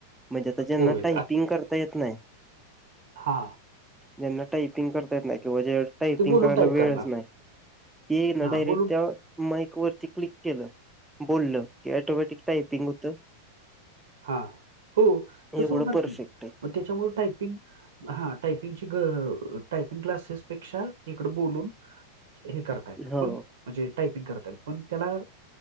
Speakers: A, in the centre; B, on the right.
A: म्हणजे आता ज्यांना
B: होय
A: टायपिंग करता येत नाही
B: हा
A: ज्यांना टायपिंग करता येत नाही किंवा जे टायपिंग
B: ते बोलून
A: करायला
B: टाईप
A: वेळच
B: करणार
A: नाही. ह
B: हां
A: ना डायरेक्ट-
B: बोलून
A: माईक वरती क्लिक केलं बोललं की ऑटोमॅटिक टायपिंग होतं.
B: हा हो
A: एवढं
B: तसं होणार
A: परफेक्ट
B: की
A: आहे.
B: मग त्याच्यामुळे टायपिंग- हा टायपिंगची टायपिंग क्लासेसपेक्षा इकड बोलून, हे करताय ना
A: हो.
B: पण, म्हणजे टायपिंग करता येईल पण त्याला